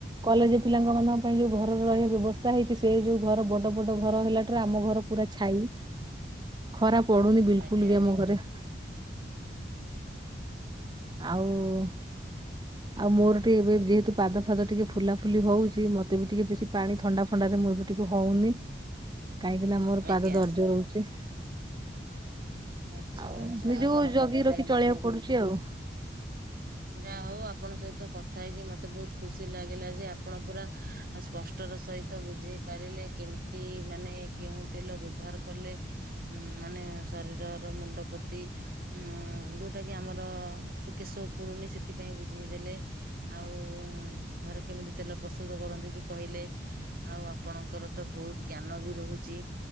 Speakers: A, on the right; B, on the right.
A: କଲେଜ ପିଲାଙ୍କ ମାନଙ୍କ ପାଇଁ ଯୋଉ ଘରର ରହିବା ବ୍ୟବସ୍ଥା ହେଇଛି ସେ ଯୋଉ ଘର ବଡ ବଡ ଘର ହେଲା ଠାରୁ ଆମ ଘର ପୁରା ଛାଇ ଖରାପ ପଡୁନି ବିଲିକୁଲ
B: ଆଜ୍ଞା
A: ବି
B: ଆଜ୍ଞା
A: ଆମ ଘରେ
B: <unintelligible>
A: ଆଉ ଆଉ ମୋର ଟିକେ ଏବେ ଯେହେତୁ ପାଦ ଫାଦ ଟିକେ ଫୁଲା ଫୁଲି ହଉଛି ମତେ ବି ଟିକେ ବେଶୀ ପାଣି ଥଣ୍ଡା ଫଣ୍ଡାରେ ମୁ ମୁଁ ଏବେ ଟିକେ ହଉନି କାହିଁକି ନା ମୋର
B: ଆଜ୍ଞା।
A: ପାଦ ଦର୍ଜ ରହୁଛି।
B: ଆଚ୍ଛା
A: ଆଉ
B: ଆଚ୍ଛା
A: ନିଜକୁ
B: ଆପଣଙ୍କ
A: ଜଗି
B: ତାହେଲେ
A: ରଖି
B: ଏମିତି
A: ଚଳିଆକୁ ପଡୁଛି ଆଉ
B: ଯାହା ହଉ ଆପଣଙ୍କ ସହିତ କଥା ହେଇକି ମତେ ବହୁତ ଖୁସି ଲାଗିଲା ଯେ ଆପଣ ପୁରା ସ୍ପଷ୍ଟ ର ସହିତ ବୁଝେଇ ପାରିଲେ କେମତି ମାନେ କେଉଁ ତେଲ ବ୍ୟବହାର କଲେ ଉ ମାନେ ଶରୀରର ମୁଣ୍ଡପ୍ରତି ଉ ଯୋଉଟା କି ଆମର ଚୁକେଶ ପ ପୁଡୁନି ସେଥିପାଇଁ ବୁଝେଇଦେଲେ ଆଉ ଘରେ କେମିତି ତେଲ ପ୍ରସ୍ତୁତ କରନ୍ତି ବି କହିଲେ ଟେ ଆଉ ଆପଣଙ୍କର ତ ବହୁତ ଜ୍ଞାନ ବି ରହୁଛି